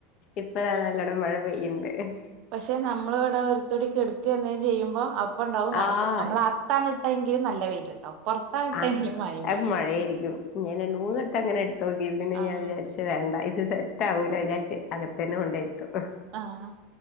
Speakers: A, on the left (about 45°); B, on the right (about 50°).
A: ഇപ്പഴാ നല്ലോണം മഴ പെയ്‌ന്ന് ഏഹ് <unintelligible>
B: പക്ഷെ നമ്മള് ഇവിടെ ഒരുത്തോടി എടുക്ക്ന്നെ ചെയ്യുമ്പോ അ- ഇപ്പ ഉണ്ടാവുന്നായപ്പോ
A: ആഹ്
B: നമ്മ അർത്താണ്- എപ്പഴങ്കിലും നല്ല വെയിലുണ്ടാവും പൊറത്താണിട്ടെങ്കിൽ
A: ആ
B: മഴയും
A: എ
B: പെയ്യും
A: മഴയായിരിക്കും ഞാൻ രണ്ടു മൂന്ന് വട്ടം അങ്ങനെ എടുത്ത് നോക്കി പിന്നെ
B: ആഹ്
A: ഞാൻ വിചാരിച്ചു വേണ്ട സെറ്റ് ആവൂല വിചാരിച്ചേ അകത്തന്നെ <unintelligible> കെണ്ടോയിരുത്തും
B: ആഹ്